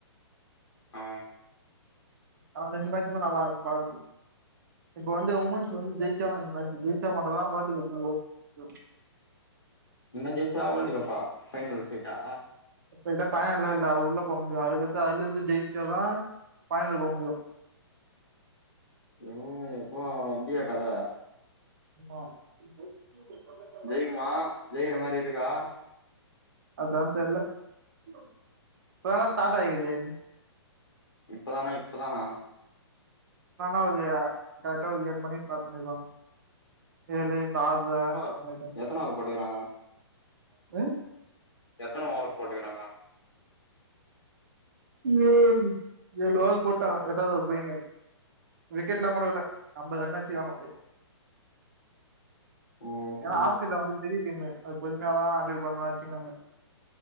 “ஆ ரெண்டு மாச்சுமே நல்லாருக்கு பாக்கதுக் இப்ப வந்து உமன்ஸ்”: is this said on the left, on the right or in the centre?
Right